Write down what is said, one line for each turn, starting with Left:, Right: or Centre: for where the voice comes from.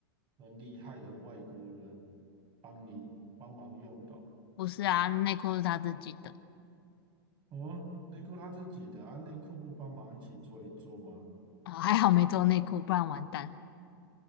Right: 很厉害的外国人帮你帮忙用的哦。
Left: 不是啊，内裤是他自己的。
Right: 哦内裤他自己的啊，内裤不帮忙一起做一做吗？
Left: 啊，还好没做内裤，不然完蛋。